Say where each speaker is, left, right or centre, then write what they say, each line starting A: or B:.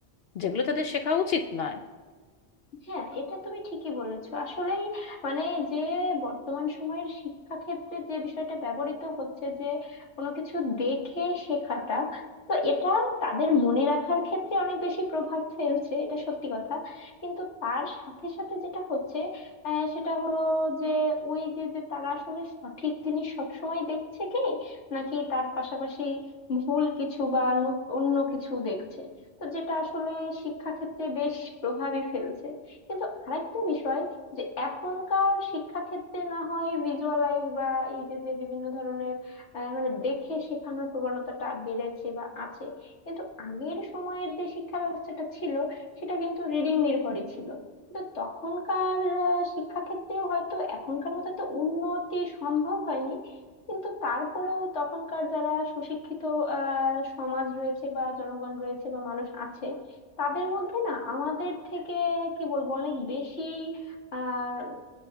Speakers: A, on the left; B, on the left.
A: যেগুলো তাদের শেখা উচিত নয়
B: হ্যাঁ এটা তুমি ঠিকই বলেছো আসলেই মানে যে বর্তমান সময়ের শিক্ষা ক্ষেত্রে যে বিষয়টা ব্যবহৃত হচ্ছে যে কোনো কিছু দেখে শেখাটা তো এটা তাদের মনে রাখার ক্ষেত্রে অনেক বেশি প্রভাব ফেলছে এটা সত্যি কথা কিন্তু তার সাথে সাথে যেটা হচ্ছে আহ, সেটা হলো যে ওই যে যে তারা আসলে সঠিক জিনিস সবসময় দেখছে কি নাকি তার পাশাপাশি ভুল কিছু বা নত- অন্য কিছু দেখছে তো যেটা আসলে শিক্ষা ক্ষেত্রে বেশ প্রভাবই ফেলছে কিন্তু আরেকটা বিষয় যে এখনকার শিক্ষাক্ষেত্রে না হয় ভিজুয়ালাইজ বা এই যে যে বিভিন্ন ধরনের আহ, মানে দেখে শেখানোর প্রবণতাটা বেড়েছে বা আছে কিন্তু আগের সময়ের যে শিক্ষা ব্যবস্থাটা ছিল সেটা কিন্তু রিডিং নির্ভরই ছিল কিন্তু তখনকার আহ, শিক্ষাক্ষেত্রেও হয়তো এখনকার মতো তো উন্নতি সম্ভব হয়নি কিন্তু তারপরেও তখনকার যারা সুশিক্ষিত আহ সমাজ রয়েছে বা জনগণ রয়েছে বা মানুষ আছে তাদের মধ্যে না আমাদের থেকে কি বলবো অনেক বেশি আহ